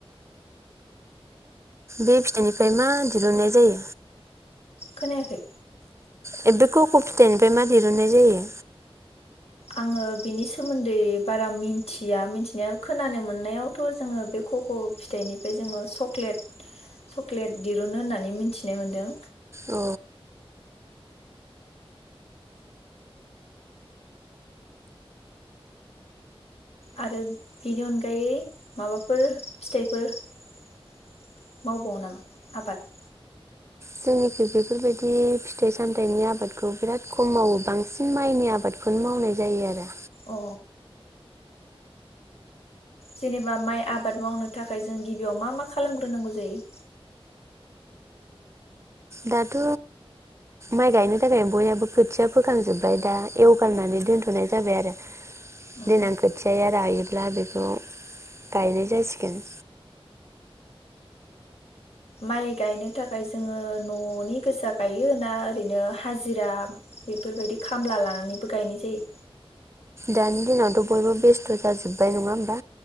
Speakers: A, on the right; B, on the left.
A: बे फिथाइनिफ्राय मा दिरुननाय जायो?
B: खोनायाखै
A: बे <unintelligible> फिथाइनिफ्राय मा दिरुननाय जायो।
B: आङो बिनि सोमोन्दै बारा मिथिया मिथिनाया खोनानो मोननायावथ' जोङो बे कक' फिथाइनिफ्राय जोङो चक्लेट चक्लेट दिरुनो होननानै मिथिनाय मोनदों।
A: औ।
B: आरो बिनि अनगायै माबाफोर फिथाइफोर मावबावो नामा आबाद।
A: जोंनिखि बेफोरबायदि फिथाइ सामथाइनि आबादखौ बिराद खम मावो बांसिन माइनि आबादखौनो मावनाय जायो आरो।
B: अ जेनेबा माइ आबाद मावनो थाखाय जों गिबियाव मा मा खालामग्रोनांगौ जायो?
A: दाथ' माइ गायनो थाखाय बयहाबो खोथिया फोखांजोब्बाय दा एवगारनानै दोनथ'नाय जाबाय आरो
B: उम
A: देनां खोथियाया रायोब्ला बेखौ गायनाय जासिगोन।
B: माइ गायनो थाखाय जोङो न'नि गोजा गायो ना ओरैनो हाजिरा बेफोरबायदि खामला लानानैबो गायनाय जायो?
A: दानि दिनावथ' बयबो बेस्थ' जाजोब्बाय नङा होमबा?